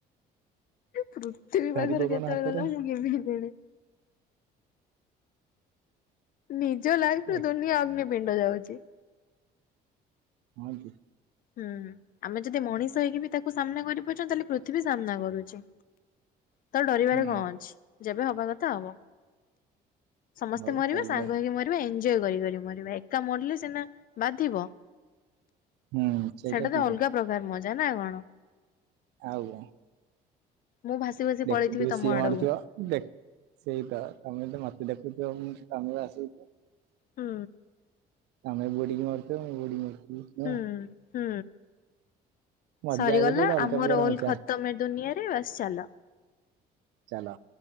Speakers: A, on the left; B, on the right.
A: ପୃଥିବୀ
B: ଧରି
A: ପାଖରୁ
B: ପକଉନ
A: କେତେବେଳେ
B: ହାତରେ
A: ଗଲା ମୁଁ କେମିତି ଜାଣିବି? ନିଜ ଲାଇଫରେ
B: ଏ
A: ଦୁନିଆ ଅଗ୍ନିପିଣ୍ଡ ଯାଉଛି।
B: ହଁ କି।
A: ହୁଁ ଆମେ ଯଦି ମଣିଷ ହେଇକି ବି ତାକୁ ସାମ୍ନା କରି ପାରୁଛନ୍ତି, ତାହେଲେ ପୃଥିବୀ ସାମ୍ନା କରୁଛି। ତ ଡରିବାରେ
B: ହୁଁ
A: କଣ ଅଛି ଯେବେ ହବା କଥା ହବ ସମସ୍ତେ।
B: ହଉ
A: ମରିବା
B: ଚାଲ
A: ସାଙ୍ଗ ହେଇକି ମ ନୁହେଁ ଏଞ୍ଜୋଅୟ୍ କରି କରି ମରିବା ଏକା ମରିଲେ ସିନା ବାଧିବ।
B: ହୁଁ।
A: ସେଇଟା
B: ଠିକ
A: ତ ଅଲଗା
B: କଥା
A: ପ୍ରକାର ମଜା ନା କଣ।
B: ଆଉ କଣ?
A: ମୁଁ ଭାସି ଭାସି
B: ଦେଖୁଥିବୁ
A: ପଳେଇଥିବି ତମ
B: ସିଏ
A: ଆଡକୁ।
B: ମରିଥିବ। ଦେଖ ସେଇତ ତମେ ମତେ ଦେଖୁଥିବ ମୁଁ ତମକୁ ଆସିବି। <inaudible>
A: ହୁଁ।
B: ତମେ ବୁଡିକି ମରୁଥିବ ମୁ ବୁଡିକି ମରୁଥିବି ନୁହଁ।
A: ହୁଁ ହୁଁ
B: ମଜା
A: ସରିଗଲା
B: ସେଇଟା ଗୋଟେ ଅଲଗା
A: ଆମ
B: ପ୍ରକାର
A: ରୋଲ
B: ମଜା
A: ଖତମ ଏ ଦୁନିଆରେ ବାସ ଚାଲ।
B: ଚାଲ